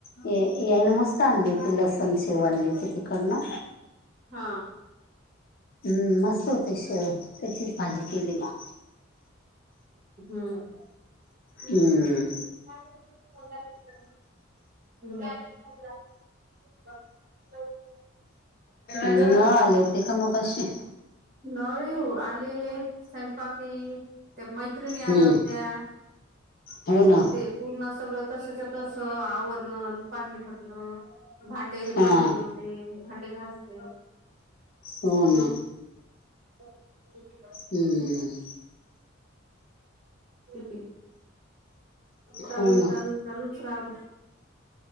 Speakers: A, on the left; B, on the right.
A: ये यान मस्त आणले ती लसण शेव आणली ती तिकडना.
B: हा
A: हम्म मस्त होती शेव त्याचीच भाजी केली म.
B: हूं
A: हम्म
B: <inaudible>
A: नळ आले होते का मगाशी?
B: नळ येऊ आले स्ंपाकी त्या मैत्रिणी
A: हम्म
B: आल्या होत्या
A: हो
B: मग
A: ना
B: ते पूर्ण सगळ तसच्या तस आवरण पाणी घालणं भांडे हे
A: हा
B: पडलेले होते भांडे घासले
A: हो
B: हम्म
A: ना
B: <inaudible>
A: हम्म
B: ती
A: हो
B: चलल
A: ना
B: चलूल चलू सारू